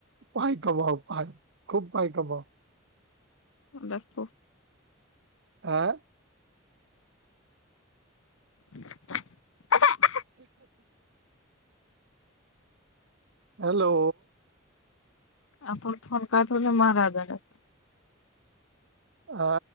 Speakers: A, on the right (about 60°); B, on the left (about 85°).
A: पाय कमाउ पाय खूब पाय कमाउ
B: देखु
A: आँ
B: अहा - अहा
A: ठीके छै <inaudible> हेलो
B: अपन फोन काटू ने महाराज आगा से
A: आँ